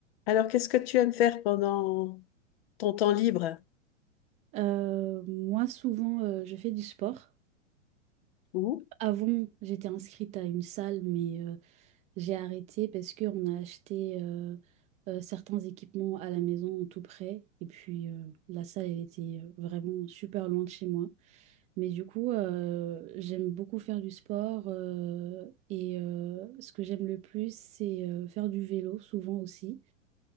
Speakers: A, on the left; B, on the right.
A: Alors, qu'est-ce que tu aimes faire pendant ton temps libre?
B: Euh, moi, souvent, euh, je fais du sport.
A: Mhm,
B: Avant, j'étais inscrite à une salle, mais euh, j'ai arrêté parce qu'on a acheté euh, euh, certains équipements à la maison tout près. Et puis, euh, la salle, elle était euh, vraiment super loin de chez moi. Mais du coup, euh, j'aime beaucoup faire du sport. euh, et euh, ce que j'aime le plus, c'est euh, faire du vélo, souvent aussi.